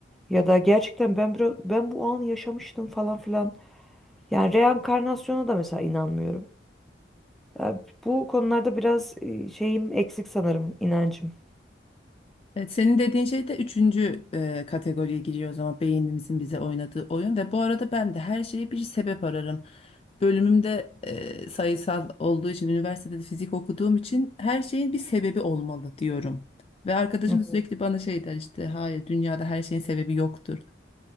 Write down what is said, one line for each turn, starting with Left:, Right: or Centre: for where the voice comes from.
Centre: ya da gerçekten ben biraz ben bu anı yaşamıştım falan filan. Yani reenkarnasyona da mesela inanmıyorum. Ya bu konularda biraz e, şeyim eksik sanırım inancım.
Left: Evet, senin dediğin şey de üçüncü e, kategoriye giriyor o zaman beynimizin bize oynadığı oyun ve bu arada ben de her şeye bir sebep ararım. Bölümümde e, sayısal olduğu için üniversitede de fizik okuduğum için her şeyin bir sebebi olmalı diyorum. Ve arkadaşım
Centre: Hı hı.
Left: da sürekli bana şey der işte hayır dünyada her şeyin sebebi yoktur.